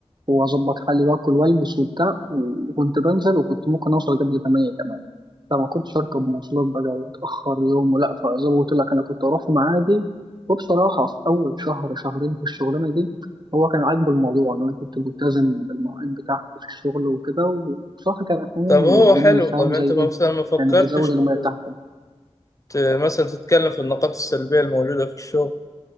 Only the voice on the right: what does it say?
واظبط حالي واكل والبس وبتاع وكنت بنزل وكنت ممكن اوصل قبل 8 كمان فما كنتش اركب مواصلات بقى واتاخر يوم ولا فزي ما قلت لك انا كنت اروح في ميعادي وبصراحه في اول شهر شهرين في الشغلانه دي هو كان عاجبه الموضوع ان انا كنت ملتزم بالمواعيد بتاعتي في الشغل وكده وبصراحه كان احيانا
بيديني
فاهم
زي ايه
يعني بيزود الميه بتاعتي